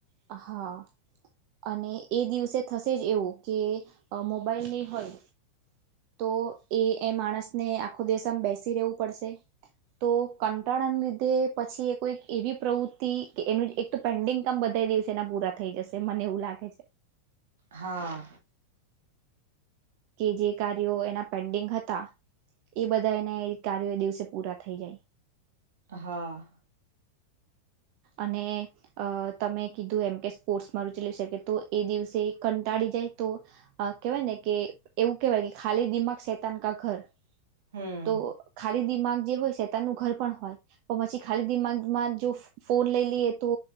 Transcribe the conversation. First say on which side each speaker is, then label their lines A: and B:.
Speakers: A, on the right; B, on the right.
A: હા અને એ દિવસે થશે જ એવું કે મોબાઈલ ની હોય તો એ એ માણસને આખો દિવસમાં બેસી રહેેવું પડશે તો કંટાળાના લીધે પછી એ કોઈ એવી પ્રવૃતિ કે એનું એક તો પેન્ડિંગ કામ બધ બે દિવસ એના પૂરા થઈ જશે મને એવું લાગે છે.
B: હા
A: કે જે કાર્યો એના પેન્ડિંગ હતા એ બધા એના કાર્યો એ દિવસે પૂરા થઈ જાય
B: હા <inaudible>
A: અને અ તમે કીધું એમ કે સ્પોર્ટ્સમાં રૂચિ લઈ શકે તો એ દિવસે કંટાળી જાય તો કેવાય ને કે એવું કેવાય કે ખાલી દિમાગ શેતાનકા ઘર
B: હમ
A: તો ખાલી દિમાગ જે હોય શેતાનું ઘર પણ હોય પણ પછી ખાલી દિમાગમાં ફોન લઈ લઈએ તો